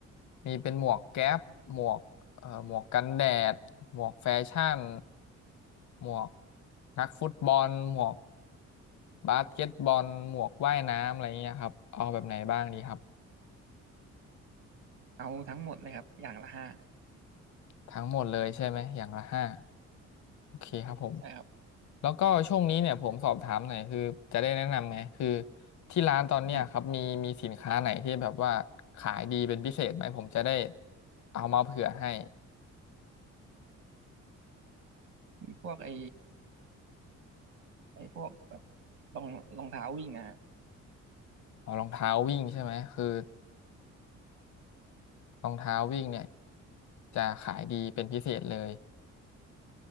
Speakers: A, on the left; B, on the right.
A: มีเป็นหมวกแก๊ปหมวกเอ่อหมวกกันแดดหมวกแฟชั่นหมวกนักฟุตบอลหมวกบาสเกตบอลหมวกว่ายน้ำอะไรเงี้ยครับเอาแบบไหนบ้างดีครับ
B: เอาทั้งหมดเลยครับอย่างละห้า
A: ทั้งหมดเลยใช่ไหมอย่างละห้าโอเคครับผม
B: ใช่ครับ
A: แล้วก็ช่วงนี้เนี่ยผมสอบถามหน่อยคือจะได้แนะนำไงคือที่ร้านตอนเนี้ยครับมีมีสินค้าไหนที่แบบว่าขายดีเป็นพิเศษไหมผมจะได้
B: อืม
A: เอามาเผื่อให้
B: มีพวกไอ ไอ้พวกแบบรองรองเท้าวิ่งอ่ะ
A: อ๋อรองเท้าวิ่งใช่ไหมคือรองเท้าวิ่งเนี่ยจะขายดีเป็นพิเศษเลย